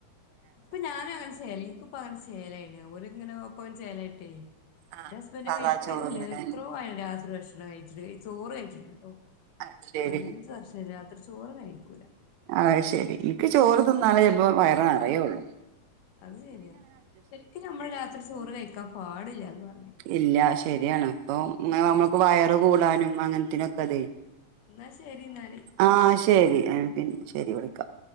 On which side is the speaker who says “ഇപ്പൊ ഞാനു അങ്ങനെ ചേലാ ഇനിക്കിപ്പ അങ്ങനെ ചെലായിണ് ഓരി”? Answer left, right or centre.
Left